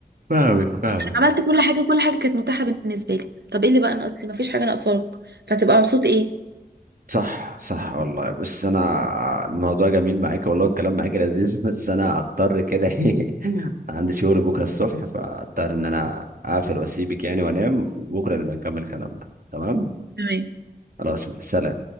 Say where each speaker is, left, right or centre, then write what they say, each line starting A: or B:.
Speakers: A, on the right; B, on the right.
A: فاهمك فاهمك
B: أنا عملت كل حاجة كل حاجة كانت متاحة بالنسبة لي طب ايه اللي بقى ناقص لي مفيش حاجة ناقصاك فتبقى مبسوط ايه
A: صح صح والله بس انا الموضوع جميل معاك والله الكلام معاك لذيذ <laughs> بس انا هضطر كده <laughs> ايه، عندي شغل بكره الصبح فهضطر ان انا اقفل واسيبك يعني وانام وبكره نبقى نكمل كلامنا تمام
B: تمام
A: خلاص سلام